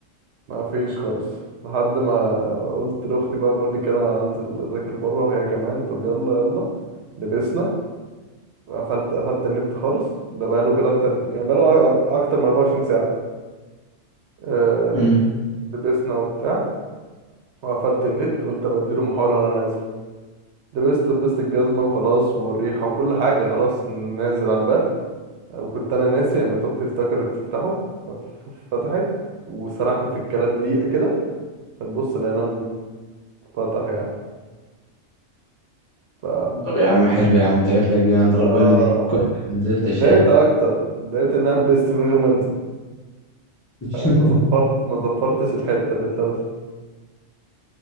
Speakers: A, on the right; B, on the left.
A: فما فيش خالص لحد ما قلت لاختي بقى بقول لك انا هنزل اذاكر بره وهي كمان طب يلا يلا لبسنا قفلت قفلت النت خالص ده بقاله كده اكتر يعني بقاله أرب- اكتر من 24 ساعه أه
B: امم
A: لبسنا وبتاع وقفلت النت قلت ابديله محاولة وانا نازل لبست ولبست الجزمة وخلاص والريحة وكل حاجة خلاص نازل على الباب وكنت أنا ناسي قامت أختي افتكرت تفتحه ف- فتحت وسرحنا في الكلام دقيقة كده بنبص لقيناه انفتح يعني ف
B: طب يا عم حلو يا عم ده جات لك دي من عند
A: آه
B: ربنا دي كويس إنك ما نزلتش
A: اتضايقت
B: يعني
A: أكتر اتضايقت إن أنا لبست من غير ما أنزل
B: <laughs>
A: فاهم ما زفرت ما زفرتش الحتة اللي اتلبست